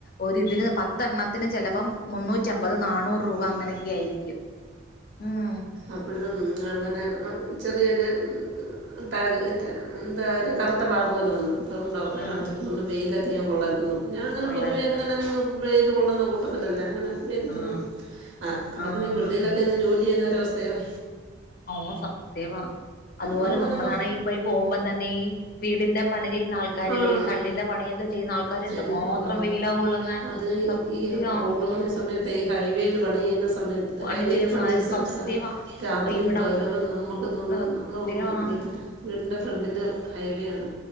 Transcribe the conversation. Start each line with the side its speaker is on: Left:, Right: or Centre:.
Left: ഒരു ഇതിന് പത്തെണ്ണത്തിന് ചിലപ്പം മുന്നൂറ്റി അമ്പത് നാനൂറ് രൂപ അങ്ങനെയൊക്കെ ഒക്കെ ആയിരിക്കും ഉം
Right: അപ്പഴും അങ്ങനെ ആ ചെ ചെറിയൊരു <unintelligible> എന്താ ഒരു കറുത്ത പാടു പോലെവന്ന് അപ്പം ഡോക്ടറെ
Left: ആഹ്
Right: കാണിച്ചപ്പം പറഞ്ഞ് വെയില് അധികം കൊള്ളരുതെന്ന് ഞാൻ അങ്ങനെ
Left: കൊള്ളരുത്
Right: പൊതുവെ അങ്ങനെങ്ങ് വെയിൽ കൊള്ളുന്ന കൂട്ടത്തിലല്ലാം അങ്ങനെ വെയിലത്തൊന്നും
Left: ആഹ്
Right: ആ കിടണക്കാണെങ്കി
Left: ആഹ് ആഹ്
Right: വെളിയിലൊകൊന്ന്
Left: ആഹ്
Right: ജോലി ചെയുന്നൊരവസ്ഥയും
Left: ഓ സത്യവാ അതുപോലെ
Right: നമ്മളങ്ങനെ
Left: നമ്മളാണെകി ഇപ്പോ ഈ പോകുമ്പോ തന്നെ ഈ വീടിന്റെ പണി ചെയ്യുന്ന ആൾക്കാരില്ലെ
Right: ആഹ്
Left: ഈ തട്ടിന്റെ പണിയൊക്കെ ചെയ്യുന്ന ആൾക്കാര്
Right: ചെയ്യുന്നത്
Left: എന്തുമാത്രം
Right: കാണാം.
Left: വെയിലാ കൊള്ളുന്നെ
Right: അത്
Left: സത്യവാ
Right: ഈ റോഡ് പണി സമയത്ത് ഈ ഹൈവേയിൽ പണി ചെയ്യുന്ന സ് സമയത്ത്
Left: പണി
Right: ഹൈവേയിൽ
Left: ചെയ്യുന്ന
Right: പണിചെയ്യുന്ന
Left: സാ സത്യവാ
Right: സ <unintelligible> രാത്രിയും
Left: ഇവിടാ
Right: പകലും നമുക്ക് തോന്നും
Left: സത്യവാ
Right: നമ്മളുടെ വീടിന്റെ ഫ്രണ്ടില് ഹൈവേ ആണ്